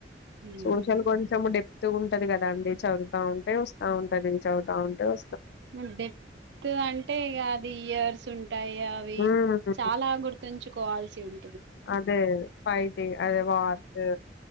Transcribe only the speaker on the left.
సోషలు కొంచము డెప్ తు ఉంటది కదా అండి చదువుతా ఉంటే వస్తా ఉంటది చదువుతా ఉంటే వ
ఉమ్
అదే పైవ్ ది అదే వాటు